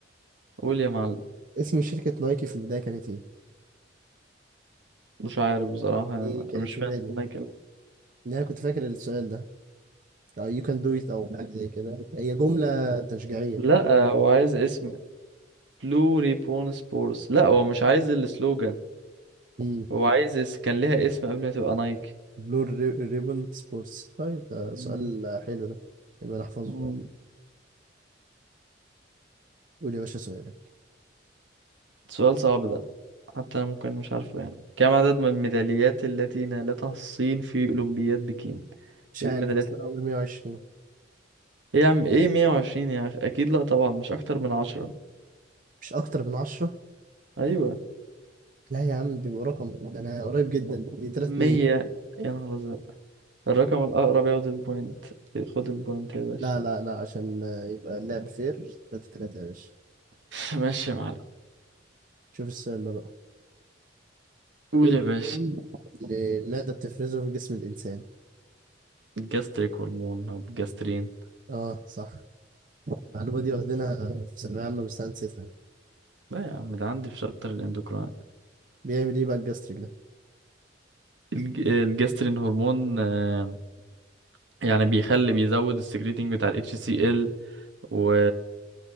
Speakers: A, on the right; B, on the right.
A: قول يا معلم
B: اسم شركة نايكي في البداية كانت إيه؟
A: مش عارف بصراحة أنا
B: دي كانت
A: مش
B: في
A: فاهم
B: بالي
A: أنا كده
B: إن أنا كنت فاكر السؤال ده أو you can do it أو حاجة زي كده هي جملة تشجيعية
A: لا هو عايز اسم بلوري بون سبورس لا هو مش عايز السلوجان
B: مم.
A: هو عايز اس... كان ليها اسم قبل ما تبقى نايك
B: بلور ريبون سبورتس طيب ده سؤال
A: مم.
B: حلو ده يبقى نحفظه
A: مم.
B: قول يا باشا سؤالك
A: سؤال صعب ده حتى انا ممكن مش عارفه يعني كم عدد من الميداليات التي نالتها الصين في اولمبياد بكين
B: مش
A: ايه
B: عارف
A: الميداليات
B: بس أنا هقول 120
A: ايه يا عم ايه 120 يا اخي اكيد لا طبعا مش اكتر من 10
B: مش أكتر من 10
A: ايوه
B: لا يا عم بيبقى رقم ده أنا قريب جدا دي 300
A: 100 يا نهار ازرق الرقم الاقرب ياخد البوينت خد البوينت يا باشا
B: لا لا لا عشان يبقى اللعب فير 3 3 يا باشا
A: <laughs> ماشي يا معلم
B: شوف السؤال ده بقى
A: قول
B: ايه الهرمون
A: يا باشا
B: اللي المعدة بتفرزه في جسم الإنسان؟
A: جاستريك هرمون او جاسترين
B: اه صح المعلومة دي واخدينها في ثانوية عامة بس أنا نسيتها
A: لا يا عم ده عندي في شابتر الاندوكراين
B: بيعمل ايه بقى الجاستريك ده؟
A: الج- الجسترين هرمون آه، يعني بيخلي بيزود السكريتنج بتاع ال HCl و